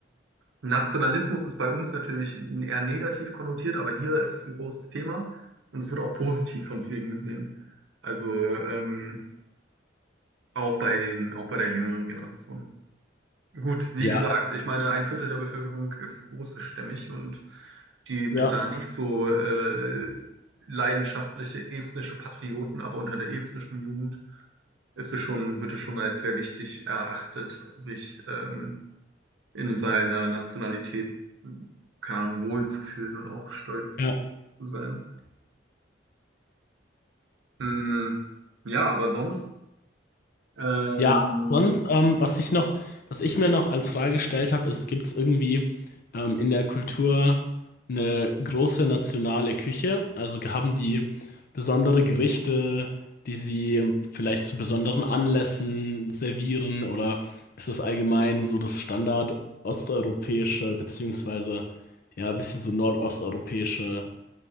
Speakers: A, on the right; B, on the left.
A: Nationalismus ist bei uns natürlich eher negativ konnotiert, aber hier ist es ein großes Thema und es wird auch positiv von vielen gesehen. Also ähm, auch bei den, auch bei der jüngeren Generation. Gut, wie
B: Ja,
A: gesagt, ich meine, ein Viertel der Bevölkerung ist russischstämmig und die sind
B: Ja.
A: da nicht so äh, leidenschaftliche estnische Patrioten, aber unter der estnischen Jugend ist es schon, wird es schon als sehr wichtig erachtet, sich ähm, in seiner Nationalität, keine Ahnung, wohlzufühlen und auch stolz
B: ja.
A: zu sein. Mm, ja, aber sonst, ähm,
B: Ja, sonst, ähm, was ich noch, was ich mir noch als Frage gestellt habe, ist, gibt es irgendwie ähm, in der Kultur eine große nationale Küche? Also haben die besondere Gerichte, die sie vielleicht zu besonderen Anlässen servieren, oder ist das allgemein so das Standard osteuropäische, beziehungsweise ja, ein bisschen so nordosteuropäische